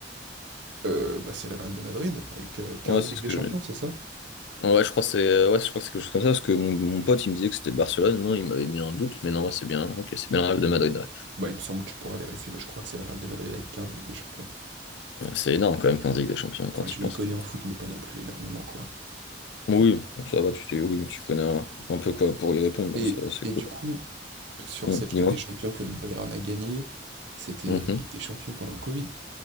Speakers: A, on the right; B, on the left.
A: Euh, bah, c'est le Real de Madrid avec euh, 15
B: Ouais, c'est
A: Ligues
B: ce
A: des
B: que
A: Champions,
B: je me dis.
A: c'est ça?
B: Ouais, je crois que c'est ouais, je crois que c'est quelque chose comme ça, parce que mon, mon pote il me disait que c'était Barcelone, moi il m'avait mis un doute, mais non, ouais, c'est bien, ok, c'est bien le Real de Madrid. ouais.
A: Bah, il me semble que tu pourras vérifier, mais je crois que c'est le Real de Madrid avec 15 Ligues des Champions.
B: C'est énorme quand même 15 Ligues des Champions quand
A: Enfin,
B: tu
A: je
B: y penses.
A: m'y connais en foot, mais pas non plus énormément, quoi.
B: Oui, bon, ça va, tu, tu- oui, tu connais un, un peu quoi pour y répondre, donc
A: Et,
B: ça va, c'est
A: et
B: cool.
A: du coup, sur
B: Hum,
A: cette
B: dis-moi.
A: Ligue des Champions que le Bayern a gagnée, c'était
B: Mhm.
A: la Ligue des Champions pendant le Covid.